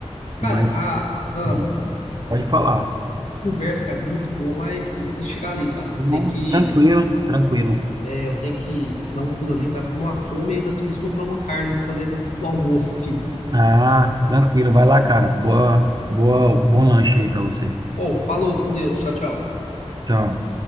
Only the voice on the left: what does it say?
Cara,
a, a,
a conversa, cara, tá muito boa, mas eu vou ter que chegar ali, cara.
Tem que
É, Eu tenho que, que dar um pulo ali, cara. Tô numa fome e ainda preciso comprar uma carne pra fazer no almoço aqui.
Ou, falou, fica com Deus. Tchau, tchau.